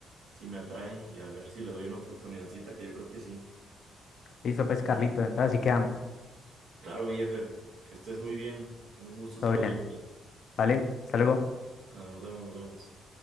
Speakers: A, on the right; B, on the left.
A: si me atrae y a ver si le doy una oportunidadcita, que yo creo que sí.
B: Listo, pues, Carlito. Entonces así quedamos.
A: Claro, mi Jeffer, que estés muy bien. Un gusto saludarte.
B: Todo bien. ¿Vale? Hasta luego.
A: Ah, nos vemos, nos vemos.